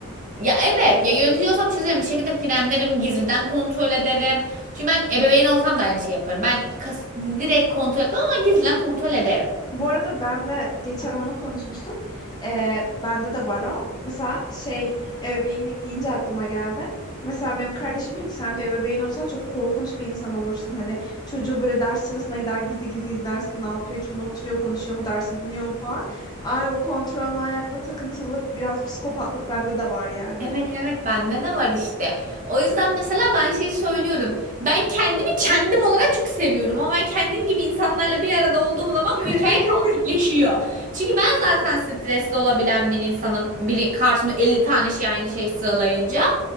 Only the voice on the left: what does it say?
Bu arada ben de geçen onu konuşmuştum. Ee, bende de var o. Mesela şey ebeveynlik deyince aklıma geldi. Mesela benim kardeşim diyor ki sen diyor ebeveyn olsan çok korkunç bir insan olursun. Hani çocuğu böyle ders sırasına gider gizli gizli izlersin ne yapıyor, kimle oturuyor, konuşuyor mu, dersi dinliyor mu falan. Ay o kontrol manyaklığı, takıntılılık, biraz psikopatlık bende de var yani.
<laughs>